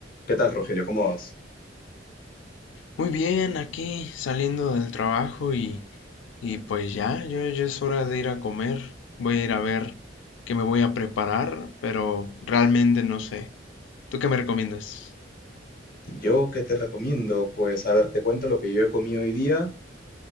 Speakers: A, on the left; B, on the left.
A: ¿Qué tal, Rogelio? ¿Cómo vas?
B: Muy bien, aquí saliendo del trabajo y, y pues ya, yo ya es hora de ir a comer. Voy a ir a ver qué me voy a preparar, pero realmente no sé. ¿Tú qué me recomiendas?
A: Yo que te recomiendo, pues a ver, te cuento lo que yo he comido hoy día.